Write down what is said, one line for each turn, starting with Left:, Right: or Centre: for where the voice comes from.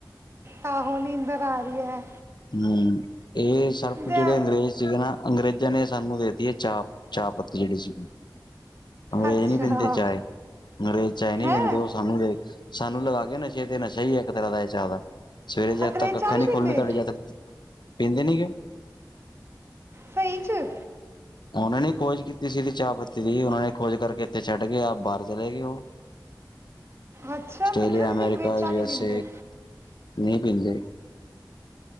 Right: ਆਹੋ, ਨੀਂਦਰ ਆ ਰਈ ਐ।
Left: ਹੂੰ ਏ ਸਾਰਾ ਕੁਝ
Right: ਦੇ
Left: ਜਿਹੜੇ ਅੰਗਰੇਜ਼ ਸੀਗੇ ਨਾ ਅੰਗਰੇਜ਼ਾਂ ਨੇ ਸਾਨੂੰ ਦੇ ਦੀ ਏ ਚਾਹ, ਚਾਹ ਪੱਤੀ ਜਿਹੜੀ ਸੀਗੀ, ਅੰਗਰੇਜ਼
Right: ਅੱਛਾ
Left: ਨੀ ਪੀਂਦੇ ਚਾਏ। ਅੰਗਰੇਜ਼ ਚਾਏ ਨੀ
Right: ਹੈ
Left: ਪੀਂਦੇ ਓ ਸਾਨੂੰ ਵੇ ਸਾਨੂੰ ਲਗਾ ਗੇ ਨਸ਼ੇ 'ਤੇ ਨਸ਼ਾ ਈ ਐ ਇਕ ਤਰਾਂ ਦਾ ਏ ਚਾ ਦਾ। ਸਵੇਰੇ ਜਦ
Right: ਅੰਗਰੇਜ਼
Left: ਤੱਕ ਅੱਖਾਂ
Right: ਚਾਹ ਨਹੀਂ
Left: ਨੀ
Right: ਪੀਂਦੇ
Left: ਖੁਲਣੀ ਤੁਹਾਡੀ ਜਦ ਤੱਕ, ਪੀਂਦੇ ਨੀ ਗੇ।
Right: ਸਈ 'ਚ।
Left: ਉਨਾਂ ਨੇ ਈ ਖੋਜ ਕੀਤੀ ਸੀ ਚਾਹ ਪੱ ਤੀ ਦੀ ਉਨਾਂ ਨੇ ਖੋਜ ਕਰਕੇ ਏਥੇ ਛੱਡ ਕੇ ਆਪ ਬਾਰ ਚਲੇ ਗੇ ਓ।
Right: ਅੱਛਾ
Left: ਆਸਟ੍ਰੇਲੀਆ,
Right: ਮੈਨੂੰ ਤਾਂ
Left: ਅਮੈਰੀਕਾ,
Right: ਕਿ ਅੰਗਰੇਜ਼ ਚਾਹ
Left: ਯੂ
Right: ਨਹੀਂ
Left: ਐੱਸ
Right: ਪੀਂਦੇ
Left: ਏ, ਨਈ ਪੀਂਦੇ।